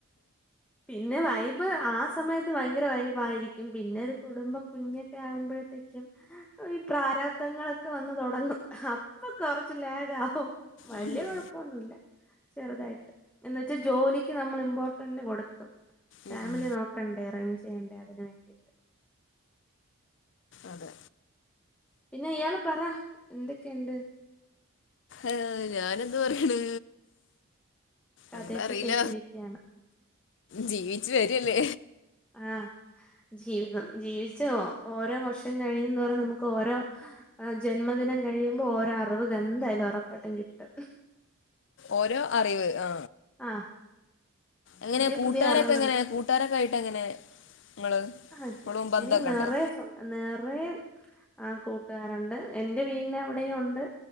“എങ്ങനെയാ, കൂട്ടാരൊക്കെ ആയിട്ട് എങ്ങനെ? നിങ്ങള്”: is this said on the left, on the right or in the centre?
Left